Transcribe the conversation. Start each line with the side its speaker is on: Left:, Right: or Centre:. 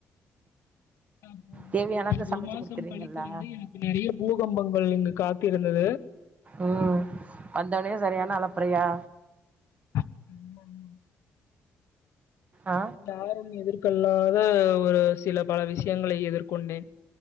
Left: அப்பறம்
Right: தேவையானத
Left: ஒரு
Right: சமைச்சு
Left: மாசம்
Right: குடுத்துறீங்கல்ல
Left: கழித்து வந்து எனக்கு நெறய பூகம்பங்கள் இங்கு காத்து இருந்தது
Right: உம் வந்தவுனே சரியான அலப் பறையா
Left: ம் <unintelligible>
Right: ஆ
Left: யாரும் எதிர்கொள்ளாத ஒரு சில பல விஷயங்களை எதிர்கொண்டேன்